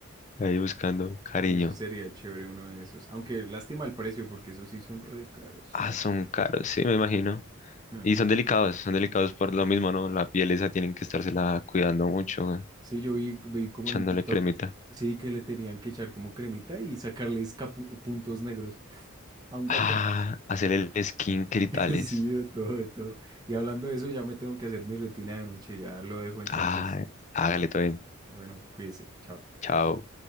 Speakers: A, on the left; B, on the right.
A: ahí buscando cariño.
B: Sí, eso sería chévere uno de esos. Aunque lástima el precio, porque esos sí son re caros.
A: Ah, son caros, sí, me imagino.
B: Ah.
A: Y son delicados, son delicados por lo mismo, ¿no? La piel esa tienen que estársela cuidando mucho, güey,
B: Sí, yo vi, vi como
A: echándole
B: en un TikTok,
A: cremita.
B: sí, que le tenían que echar como cremita y sacarles capu- puntos negros <laughs> a un gato.
A: Ah, hacerle el skin y tales.
B: <laughs> Sí, de todo, de todo. Y hablando de eso, ya me tengo que hacer mi rutina de noche, ya lo dejo entonces.
A: Ah, hágale todo bien.
B: Bueno, cuídese, chao.
A: Chao.